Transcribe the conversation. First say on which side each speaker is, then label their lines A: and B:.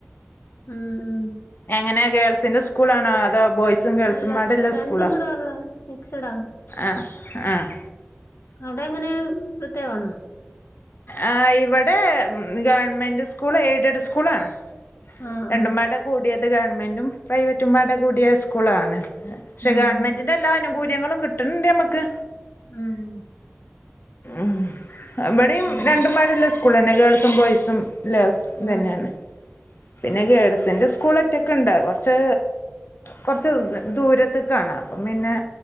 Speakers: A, on the left (about 80°); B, on the left (about 55°).
A: മ്മ്ഹ് ഉം
B: എങ്ങനെ ഗേൾസിന്റെ സ്കൂളാണോ അതോ ബോയ്സ് സുംഴഗേൾസും
A: അല്ല
B: ബാടെള്ള
A: രണ്ടും
B: സ്കൂള
A: കൂടെ ഉള്ളത് മിക്സഡ് ആണ്
B: ആഹ് ആഹ്
A: അവ്ടെ എങ്ങനെ. പ്രത്യകാണോ
B: ആഹ് ഇവടെ ഗവൺമെന്റ് സ്കൂൾ എയ്ഡഡ് സ്കൂളാണ്
A: ആഹ്
B: രണ്ടും
A: ആഹ്
B: ബാടെ കൂടിയത് ഗവണ്മെന്റും പ്രൈവറ്റും ബാടെ കൂടിയ സ്കൂളാണ് ക്ഷെ
A: ഉം
B: ഗവൺമെന്റിന്റെ എല്ലാ അനുകൂല്യങ്ങളും. കിട്ട്ണ് ണ്ട് ഞമ്മക്ക്
A: മ്മ്
B: ഉം ഇബടിം
A: ഉം
B: രണ്ടുംബാടെളള സ്കൂളെന്നെ ഗേൾസും ബോയ്സും ളെ ഇതെന്നെണ്
A: ആഹ് ആഹ്
B: പിന്നെ ഗേൾസിന്റെ സ്കൂൾ ഒറ്റക്ണ്ട് കൊർച്ച് കൊറച്ച് ദൂരത്ക്കാണ് അപ്പം പിന്നെ